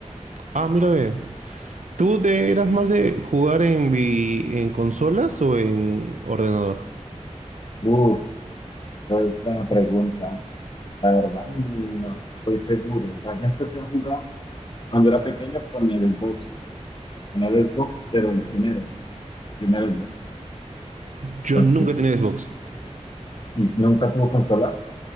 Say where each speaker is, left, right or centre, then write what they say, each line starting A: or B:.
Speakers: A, on the right; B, on the left.
A: Ah, mira, ve. ¿Tú te eras más de jugar en, vi- en consolas o en ordenador?
B: Uf, esa es buena pregunta. La verdad, no estoy seguro. O sea, yo empecé a jugar cuando era pequeño con el Xbox, con el Xbox, pero el primero, primer Xbox.
A: Yo
B: Entonces,
A: nunca he tenido Xbox.
B: ¿y nunca tuvo consola?